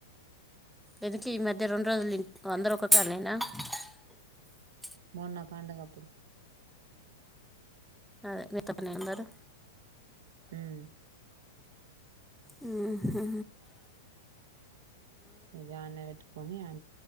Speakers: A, in the centre; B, on the right (about 65°).
A: ఎందుకే ఈ మధ్య రెండు రోజులు తి అందరు ఒక <unintelligible>
B: మొన్న పండుగప్పుడు
A: అదే మీత్తప్ప అందరు
B: ఉమ్
A: హ్మ్ హు
B: ఇగానే పేట్టుకొని అ